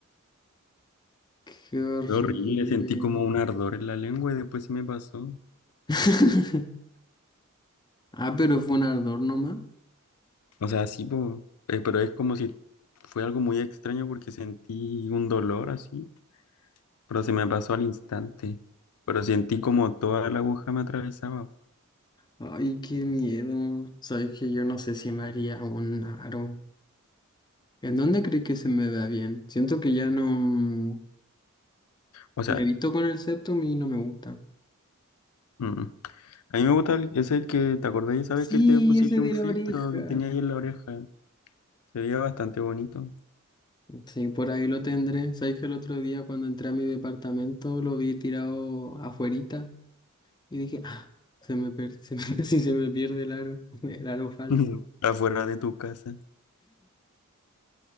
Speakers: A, on the left; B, on the left.
A: Qué horrible.
B: Fue horrible, sentí como un ardor en la lengua y después se me pasó.
A: <laughs> Ah, pero fue un ardor nomás.
B: O sea, sí, po, eh, pero es como si fue algo muy extraño porque sentí un dolor así, pero se me pasó al instante. Pero sentí como toda la aguja me atravesaba.
A: Ay, qué miedo. Sabes que yo no sé si me haría un aro. ¿En dónde crees que se me da bien? Siento que ya no mm,
B: O sea,
A: me he visto con el septum y no me gusta.
B: mm. A mí me gusta el- ese el que te acordás, ya sabes
A: Sí,
B: que te pusiste
A: ese
B: un
A: de
B: filtro
A: la oreja.
B: que tenía ahí en la oreja. Se veía bastante bonito.
A: Sí, por ahí lo tendré. Sabes que el otro día cuando entré a mi departamento lo vi tirado afuerita y dije, ah, se me per- se me- <laughs> casi se me pierde el aro, <laughs> el aro falso.
B: <laughs> Afuera de tu casa.